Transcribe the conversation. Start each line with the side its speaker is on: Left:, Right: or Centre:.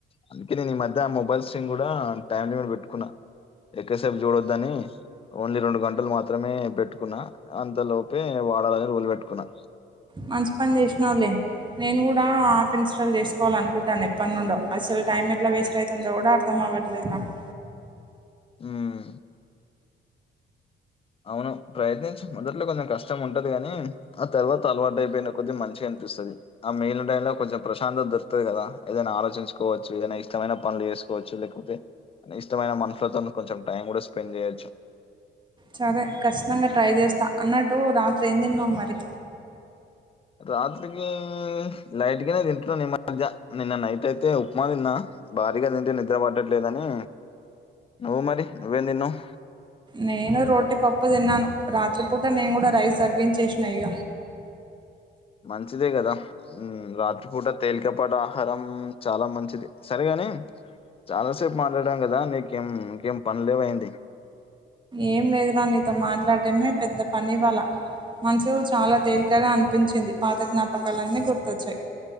Left: అందుకే నేను ఈ మధ్య ఆ మొబైల్ స్క్రీన్ కూడా టైమ్ లిమిట్ పెట్టుకున్నా ఎక్కసేపు చూడొద్దు అని ఓన్లీ రెండు గంటలు మాత్రమే పెట్టుకున్నా అంతలోపే వాడాలని రూల్ పెట్టుకున్నా
Right: మంచి పని చేసినావులే నేను కూడా యాప్ ఇన్స్టాల్ చేసుకోవాలి అనుకుంటాను ఎప్పటి నుండో అసలు టైం ఎట్లా వేస్ట్ అయితుందో కూడా అర్థం అవ్వదు లేదు నాకు
Left: ఉమ్ అవును ఇప్పుడు అయితే మొదట్లో కొంచెం కష్టం ఉంటాది కాని ఆ తర్వాత అలవాటు అయిపోయిన కొద్ది మంచిగా అనిపిస్తది ఆ మిగిలిన టైంలో కొంచెం ప్రశాంతత దొరుకుతాది కదా ఏదైన ఆలోచించుకోవచ్చు ఏదైనా ఇష్టమైన పనులు చేసుకో కోవచ్చు లేకపోతే ఇష్టమైన మనసుతోనే కొంచెం టైం కూడా స్పెండ్ చేయొచ్చు
Right: సరే ఖచ్చితంగా ట్రై చేస్తా అన్నట్టు రాత్రి ఏం తిన్నావు మరి
Left: రాత్రికి లైట్ గానే తింటున్నా ని మధ్య నిన్న నైట్ అయితే ఉప్మా తిన్నా భారీగా తింటే నిద్ర పడట్లేదని నువ్వు మరి నువ్వేం తిన్నావు
Right: నేను రోటీ పప్పు తిన్నాను రాత్రిపూట నేను కూడా రైస్ తాగించేసిన ఇగ
Left: మంచిదే కదా ఉమ్ రాత్రిపూట తేలికపాటి ఆహారం చాలా మంచిది సరేగాని చాలా సేపు మాట్లాడాం కదా నీకేం ఇంకేం పనులు లేవు ఏంటి
Right: ఏం లేదురా నీతో మాట్లాడడమే పెద్ద పని ఇవ్వాళ్ళ మనసు చాలా తేలికగా అనిపించింది పాత జ్ఞాపకాలన్నీ గుర్తొచ్చాయి